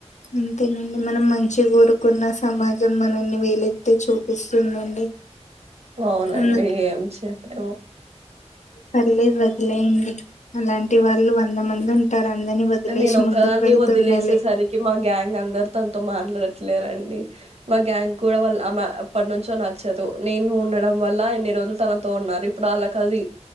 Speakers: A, on the left; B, on the right.
A: అంతేనండి మనం మంచి కోరుకున్న సమాజం మనల్ని వేలెత్తి ఎత్తి చూపిస్తుందండి
B: అవునండి
A: అందు
B: ఏం చెప్పు
A: పర్లేదు వదిలేయండి అలాంటి వాళ్ళు వంద మంది ఉంటారు అందరిని వదిలేసి
B: నేను ఒక్కదాన్ని
A: ముందుకు వెళ్తుండాలి
B: వదిలేసేసరికి మా గ్యాంగ్ అందరు తనతో మాట్లాడరు లేరండి మా గ్యాంగ్ కూడా వాళ్ళ ఆమె అప్పటి నుంచో నచ్చదు నేను ఉండడం వల్ల ఎన్ని రోజులు తనతో ఉన్నారు ఇప్పుడు అళ్ళకిది